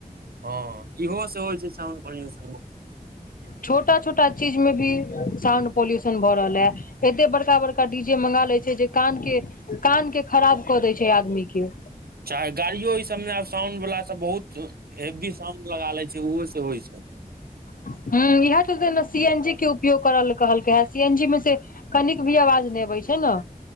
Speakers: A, on the right (about 85°); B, on the left (about 65°).
A: हँ इहो से होइ छै साउंड पाॅल्यूशन बहुत।
B: छोटा- छोटा चीज मे भी साउंड पाॅल्यूशन भऽ रहल ए। एते बड़का- बड़का डी जे मंगा लै छै जे कान के कान के खराब कऽ दै छै आदमी के।
A: चाहे गाड़ियो इ सबमे आब साउंड बला सब बहुत हेब्बी साउंड लगा लै छै ओहो से होइ छै।
B: हूॅं इहेए चलते ने सी एन जी के उपयोग करऽ ल कहलकै हे सी एन जी मे से कनिक भी अवाज नै अबै छै नऽ।